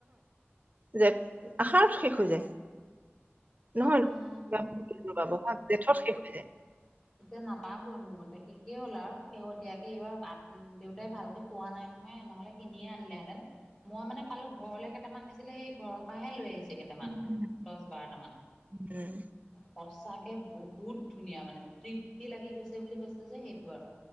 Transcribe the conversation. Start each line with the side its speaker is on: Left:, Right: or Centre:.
Right: যে আষাৰত শেষ হৈ যায়
Left: এতিয়া
Right: নহয় নহয় জেঠত শেষ হৈ যায়।
Left: এতিয়া নাপাবই মোৰ মতে শেষেইে হ'ল আৰু শেহতীয়াকে এইবাৰ বাট উম দেউতাই ভালকে পোৱা নাই নহয় নহ'লে কিনিয়ে আনিলেহেঁতেন? মই মানে পালো ঘৰলৈ কেইটামান নিছিলে সেই ঘৰৰ পাহে লৈ আহিছো কেইটামান
Right: উম উম
Left: দছ বাৰটা মান
Right: উম।
Left: সঁচাকে বহুত ধুনীয়া মানে তৃপ্তি লাগি গৈছে বুলি কৈছে যে সেইটো আৰু